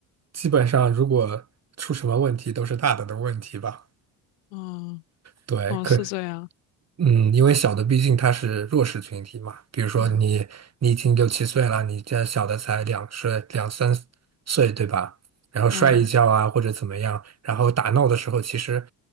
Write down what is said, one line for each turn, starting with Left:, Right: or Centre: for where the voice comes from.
Right: 基本上如果出什么问题都是大的的问题吧，
Left: 嗯。
Right: 对，
Left: 哦，
Right: 可。
Left: 是这样，
Right: 嗯，因为小的毕竟他是弱势群体嘛，比如说你你已经六七岁了，
Left: 嗯
Right: 你这小的才两岁两三岁，对吧？然后摔一跤啊或者怎么样，
Left: 嗯
Right: 然后打闹的时候其实，